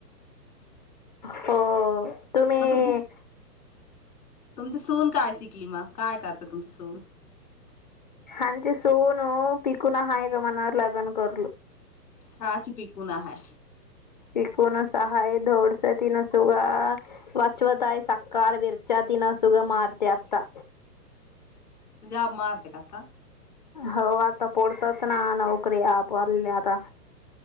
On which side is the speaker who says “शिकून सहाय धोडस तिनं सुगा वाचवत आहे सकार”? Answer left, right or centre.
Left